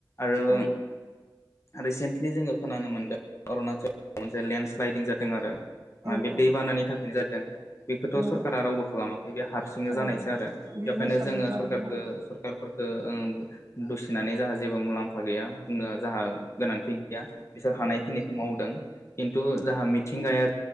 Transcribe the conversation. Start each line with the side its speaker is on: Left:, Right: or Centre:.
Left: आरो
Right: औ
Left: रिसेन्टलि जोंङो खोनानो मोनदों अरुणचल मोनसे लेन्डस्लाइदिं जादों आरो।
Right: औ
Left: माबे
Right: नंगौ औ औ
Left: दैबानानि थाखाय जादों। बेखौथ'
Right: नंगौ
Left: सरकारा रावबो खालामाखै बे हारसिंनो
Right: खालामगोन
Left: जानायसो आरो
Right: बे
Left: बेवहायनो
Right: नेचारजों
Left: जोंङो
Right: जानाय
Left: सरकारखो
Right: नङा होमबा
Left: सरकारफोर ओ उम दुसिनानै जाहा जेबो मुलाम्फा गैया बुंनो जोंहा गोनांथि गैया बिसोर हानायखिनिखौ मावदों खिन्थु जाहा मिथिंगाया